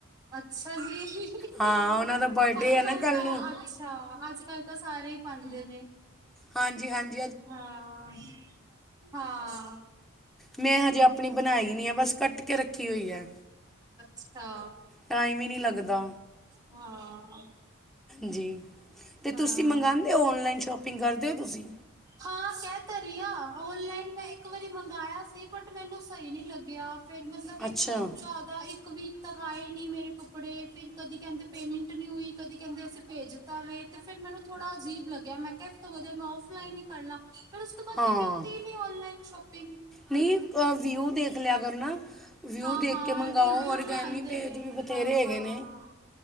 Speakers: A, on the right (about 20°); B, in the centre.
A: ਅੱਛਾ ਜੀ ਅੱਜ,
B: ਹਾਂ ਉਹਨਾਂ ਦਾ ਬਰਡੇ ਹੈ
A: ਕੱਲ
B: ਨਾ ਕੱਲ੍ਹ
A: ਤਾਂ
B: ਨੂੰ
A: ਅੱਛਾ ਅੱਜ, ਕੱਲ ਤਾਂ ਸਾਰੇ ਹੀ ਪਾਂਦੇ ਨੇ।
B: ਹਾਂਜੀ-ਹਾਂਜੀ,
A: ਹਾਂ-ਹਾਂ-ਹਾਂ।
B: ਮੈਂ ਹਜੇ ਅਪ ਆਪਣੀ ਬਣਾਈ ਨਹੀਂ ਆ ਬਸ। ਕੱਟ ਕੇ ਰੱਖੀ ਹੋਈ ਐ
A: ਅੱਛਾ
B: ਟਾਈਮ ਹੀ ਨਹੀਂ ਲੱਗਦਾ।
A: ਹਾਂ
B: ਜੀ। ਤੇ ਤੁਸੀਂ
A: ਹਾਂ
B: ਮੰਗਾਦੇ ਹੋ ਔਨਲਾਈਨ ਸ਼ਾਪਿੰਗ ਕਰਦੇ ਹੋ ਤੁਸੀਂ?
A: ਹਾਂ ਕੈ ਤੇ ਰਹੀ ਆ ਔਨਲਾਈਨ ਇੱਕ ਵਾਰੀ ਮੰਗਵਾਇਆ ਸੀ ਮੈਨੂੰ ਸਹੀ ਨਹੀਂ ਲੱਗਿਆ। ਫੇਰ ਮਤਲਬ ਇਕ
B: ਅੱਛਾ
A: ਤੋਂ ਜਿਆਦਾ ਇਕ। ਇਕ ਵੀਕ ਤੱਕ ਆਏ ਨੀ ਮੇਰੇ ਕੱਪੜੇ ਫਿਰ ਕਦੀ ਕਹਿੰਦੇ ਪੇਮੈਂਟ ਨਹੀਂ ਹੋਈ ਕਦੀ ਕਹਿੰਦੇ ਅਸੀਂ ਭੇਜਤਾ ਏ। ਤੇ ਫਿਰ ਮੈਨੂੰ ਥੋੜਾ ਅਜੀਬ ਲੱਗਿਆ ਮੈਂ ਕਿਹਾ ਇਸ ਤੋਂ ਵਧੀਆ ਮੈਂ ਔਫਲਾਈਨ ਹੀ ਕਰ ਲਾ। ਫੇਰ ਉਸ ਤੋਂ ਬਾਅਦ
B: ਹਾਂ
A: ਮੈਂ ਕੀਤੀ ਨੀ ਔਨਲਾਈਨ। ਸ਼ੋਪਿੰਗ।
B: ਨਹੀਂ ਅ ਵਿਊ ਦੇਖ ਲਿਆ ਕਰ ਨਾ ਵਿਊ
A: ਹਾਂ
B: ਦੇਖ
A: ਹਾਂ
B: ਕੇ ਮੰਗਾਓ
A: ਰਿਵਿਊ
B: ਔਰਗੈਨਿਕ
A: ਵੀ ਆਉਂਦੇ
B: ਪੇਜ
A: ਨੇ
B: ਵੀ ਬਥੇਰੇ
A: ਹਾਂ
B: ਹੈਗੇ
A: ਹਾਂ
B: ਨੇ।